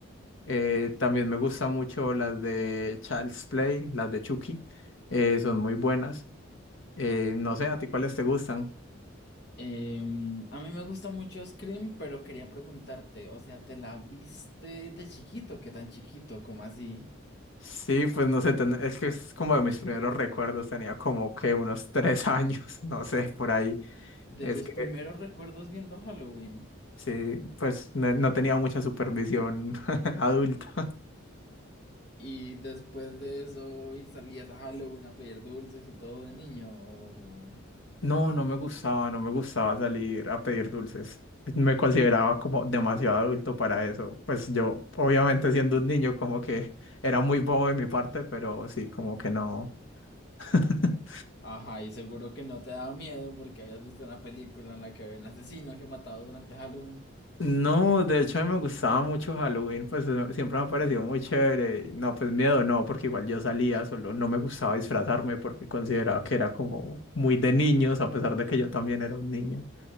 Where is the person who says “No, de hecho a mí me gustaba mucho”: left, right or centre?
Left